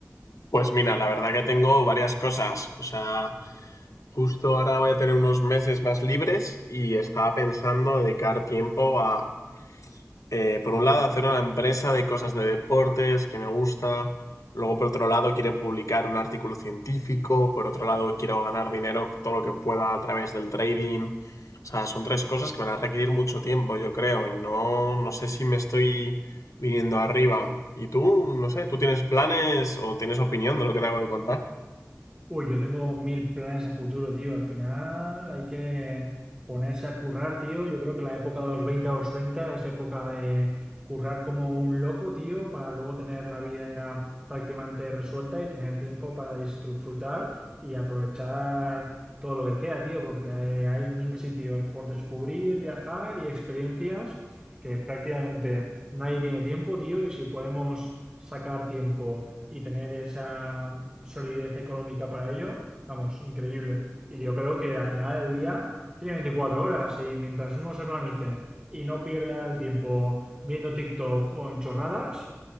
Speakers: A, on the left; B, on the right.
A: Pues mira, la verdad que tengo varias cosas. O sea, justo ahora voy a tener unos meses más libres y estaba pensando dedicar tiempo a eh, por un lado, hacer una empresa de cosas de deportes que me gusta. Luego, por otro lado, quiero publicar un artículo científico. Por otro lado, quiero ganar dinero todo lo que pueda a través del trading. O sea, son tres cosas que me van a requerir mucho tiempo, yo creo. Y no, no sé si me estoy viniendo arriba. ¿Y tú? No sé, ¿tú tienes planes o tienes opinión de lo que te hago de contar?
B: Uy, yo tengo mil planes a futuro, tío. Al final hay que ponerse a currar, tío. Yo creo que la época de los 20 a los 30 es época de currar como un loco, tío, para luego tener la vida prácticamente resuelta y tener tiempo para disfrutar y aprovechar todo lo que queda, tío, porque hay, hay mil sitios por descubrir, viajar y experiencias que prácticamente nadie tiene tiempo, tío, y si podemos sacar tiempo y tener esa solidez económica para ello, vamos, increíble. Y yo creo que al final del día tiene 24 horas y mientras uno se organice y no pierda el tiempo viendo TikTok o en chorradas